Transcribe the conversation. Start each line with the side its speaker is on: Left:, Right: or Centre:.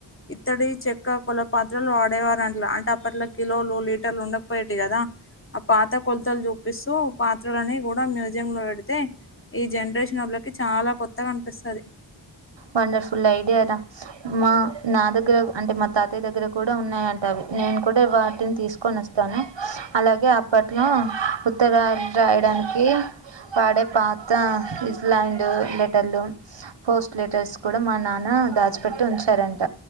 Left: ఇత్తడి చెక్క కొల పాత్రలు వాడేవారు అంట్ల అంటే అప్పట్లో కిలోలు లీటర్లు ఉండకపోయేటివి గదా ఆ పాత కొల్తల్ జు పిస్తు పాత్రలని గూడా మ్యూజియం లో బెడితే ఈ జండ్రేషనోళ్ళకి చాలా కొ కొత్తగ అనిపిస్తది
Right: వండర్ఫుల్ ఐడియా రా మా నా దగ్గర అంటె మా తాతయ్య దగ్గర కూడా ఉన్నాయం నేను కూడా వాటిని తీసుకొని వస్తాను అలాగే అప్పట్లో ఉత్తరాల్ రాయడానికి వాడే పాత ఇజ్ల్యాండ్ లెటర్లు పోస్ట్ లెటర్స్ కూడ మా నాన్న దాచిపెట్టి ఉంచారంట